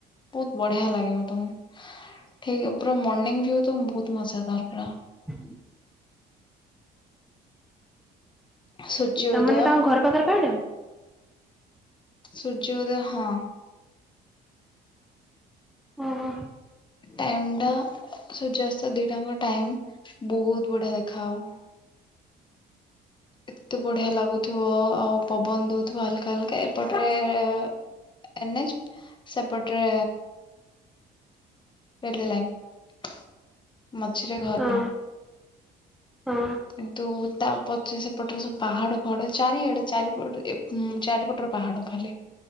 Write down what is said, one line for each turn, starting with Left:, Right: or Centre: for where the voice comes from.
Left: ବହୁତ ବଢିଆ ଲାଗିବ ତମକୁ ଠିକ ପୁରା ମର୍ଣ୍ଣିଂ ଭିଉ ତ ବହୁତ ମଜା ଦାର ପୁରା
Centre: <inaudible>
Left: ସୂର୍ଯ୍ୟ
Centre: ତାମାନେେ
Left: ଉଦୟ
Centre: ତାଙ୍କ ଘର ପାଖରେ ପାହାଡ।
Left: ସୂର୍ଯ୍ୟ ଉଦୟ ହଁ
Centre: ଓହୋ
Left: ଟାଇମ ଟା ସୂର୍ଯସ୍ତ ଦିଟାଙ୍କ ଟାଇମ ବହୁତ ବଢିଆ ଦେଖା ହବ। ଏତେ ବଢିଆ ଲାଗୁଥିବ ଆଉ ପବନ ଦଉଥିବ ହଲକା ହାଲକା। ଏପଟରେ ଏନ୍ ଏଚ ସେପଟରେ ଟ୍ରେନ ଲାଇନ ମଝିରେ ଘର।
Centre: ହଁ ହଁ
Left: କିନ୍ତୁ ତା ପଛ ସେପଟରେ ସବୁ ପାହାଡ ଫାହାଡ ଚାରିଆଡେ ଚାରିପଟ ହଁ ଚାରିପଟରେ ପାହାଡ ଖାଲି